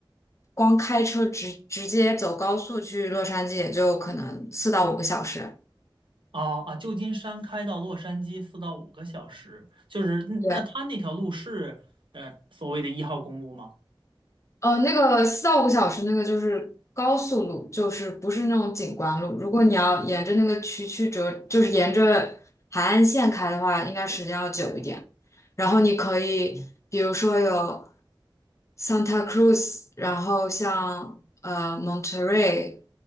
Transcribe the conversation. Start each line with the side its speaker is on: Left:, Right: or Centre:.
Left: 光开车直直接走高速去洛杉矶，也就可能四到五个小时。
Right: 哦啊，旧金山开到洛杉矶四到五个小时，就是那那他那条路是呃所谓的一号公路吗？
Left: 对。呃，那个四到五个小时，那个就是高速路，就是不是那种景观路。如果你要沿着那个曲曲折，就是沿着海岸线开的话，应该时间要久一点。然后你可以，比如说有 Santa Cruz，然后像呃 Monterey，